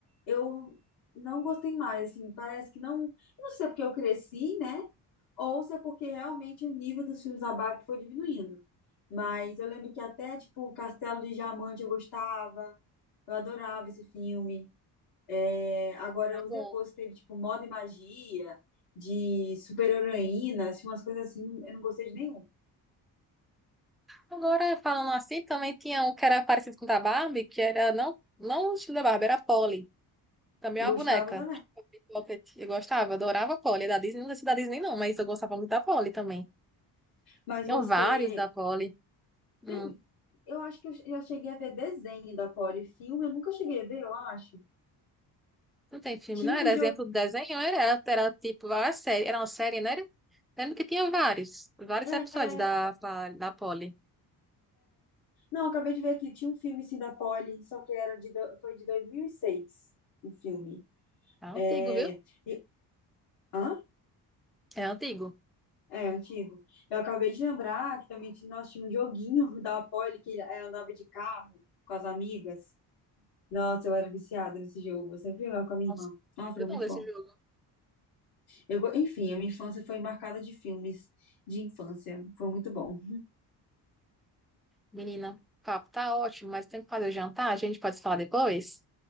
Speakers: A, on the left; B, in the centre.
A: eu não gostei mais, assim, parece que não. Não sei se é porque eu cresci, né? Ou se é porque realmente o nível dos filmes da Barbie foi diminuindo. Mas eu lembro que até, tipo, Castelo de Diamante eu gostava, eu adorava esse filme. É, agora,
B: tá
A: os
B: bom.
A: depois teve, tipo, moda e magia, de super-heroína, assim, umas coisas assim, eu não gostei de nenhum.
B: Agora, falando assim, também tinha um que era parecido com o da Barbie, que era, não, não o estilo da Barbie, era a Polly. Também é uma
A: Gostava
B: boneca.
A: também.
B: Polly Pocket. Eu gostava, adorava a Polly. É Da Disney, não sei se é da Disney não, mas eu gostava muito da Polly também.
A: Mas
B: Tinham
A: você
B: vários da Polly. Hum.
A: tem. Eu acho que eu já cheguei a ver desenho da Polly. Filme, eu nunca cheguei a ver, eu acho.
B: Não tem filme,
A: Tinha
B: não? Era
A: um jogo.
B: exemplo do desenho, era, era tipo a série, era uma série, não era? Lembro que tinha vários, vários episódios
A: é,
B: da, pa- da Polly.
A: Não, eu acabei de ver aqui. Tinha um filme sim da Polly, só que era de... do- foi de 2006 o filme.
B: É antigo,
A: É...
B: viu?
A: E... Hã?
B: É antigo.
A: É, antigo. Eu acabei de lembrar que também tinha- nós tínhamos um joguinho <laughs> da Polly que ela andava de carro com as amigas. Nossa, eu era viciada nesse jogo. Eu sempre jogava com a minha
B: Nossa,
A: irmã.
B: não
A: Nossa,
B: lembro
A: era muito
B: não desse
A: bom.
B: jogo.
A: Eu, go- enfim, a minha infância foi marcada de filmes de infância. Foi muito bom.
B: Menina, o papo tá ótimo, mas tem que fazer o jantar, a gente pode falar depois?